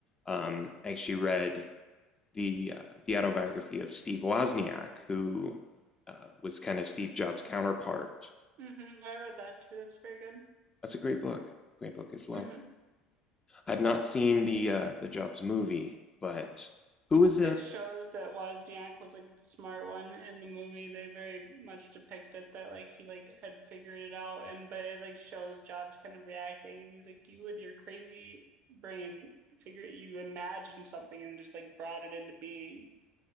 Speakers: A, on the left (about 20°); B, on the right (about 50°).
A: Um, I actually read the uh, the autobiography of Steve Wozniak, who uh, was kind of Steve Jobs' counterpart.
B: hmm I read that too. That's very good.
A: That's a great book, great book as well.
B: hmm
A: I've not seen the uh, the Jobs movie, but who is it?
B: It shows that Wozniak was like the smart one in the movie. They very much depict it that like he like had figured it out and but it like shows Jobs kind of reacting and he's like, You with your crazy brain figure you imagined something and just like brought it into being.